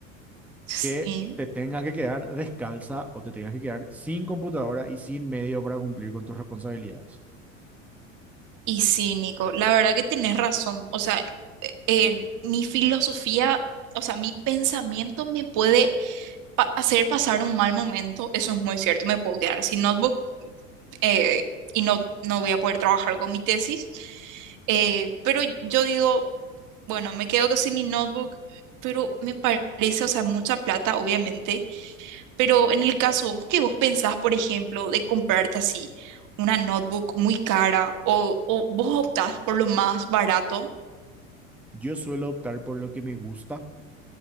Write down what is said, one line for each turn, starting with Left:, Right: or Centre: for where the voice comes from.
Right: Sí.
Centre: que te tengas que quedar descalza o te tengas que quedar sin computadora y sin medio para cumplir con tus responsabilidades.
Right: Y sí, Nico, la verdad que tenés razón. O sea, eh, eh, mi filosofía, o sea, mi pensamiento me puede pa- hacer pasar un mal momento. Eso es muy cierto. Me puedo quedar sin notebook eh, y no, no voy a poder trabajar con mi tesis. Eh, pero yo digo. Bueno, me quedo sin mi notebook, pero me parece, o sea, mucha plata, obviamente. Pero en el caso que vos pensás, por ejemplo, de comprarte así una notebook muy cara o, o vos optás por lo más barato,
Centre: Yo suelo optar por lo que me gusta